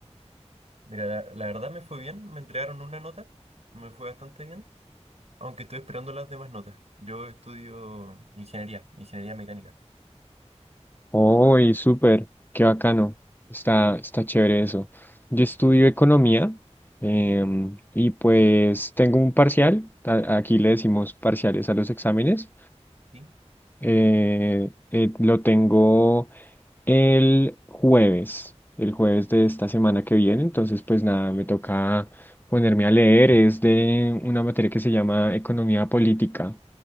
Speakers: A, on the right; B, on the left.
A: Mira, la, la verdad me fue bien, me entregaron una nota, me fue bastante bien, aunque estoy esperando las demás notas. Yo estudio ingeniería, ingeniería mecánica.
B: Uy, súper, qué bacano. Está, está chévere eso. Yo estudio economía em, y pues tengo un parcial, a- aquí le decimos parciales a los exámenes.
A: ¿sí?
B: eh, eh, lo tengo el jueves, el jueves de esta semana que viene. Entonces, pues nada, me toca ponerme a leer. Es de una materia que se llama Economía Política.